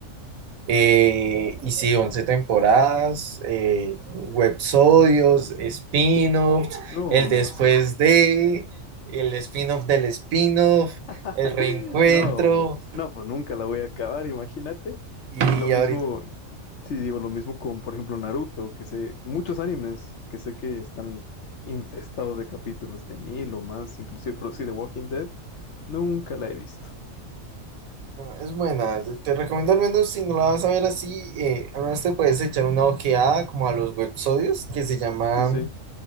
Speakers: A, on the right; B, on the left.
A: Eh, y sí, 11 temporadas, eh, websodios, spin-offs,
B: sí. No,
A: el después
B: no, sí.
A: de, el spin-off del spin-off,
B: <laughs>
A: el reencuentro.
B: No, no, pues nunca la voy a acabar, imagínate.
A: Y
B: Lo mismo
A: ahorita
B: Sí, digo lo mismo con, por ejemplo, Naruto, que sé, muchos animes que sé que están infestados de capítulos de mil o más, inclusive, pero sí, de Walking Dead, nunca la he visto.
A: No, es buena, te te recomiendo al menos si no la vas a ver así, eh, al menos te puedes echar una ojeada como a los websodios que se llaman
B: Sí, sí.